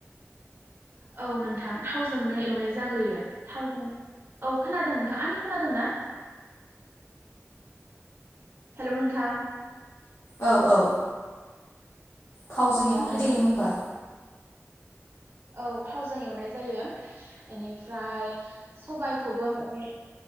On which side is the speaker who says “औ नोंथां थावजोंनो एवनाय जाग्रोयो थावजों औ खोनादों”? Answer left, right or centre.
Right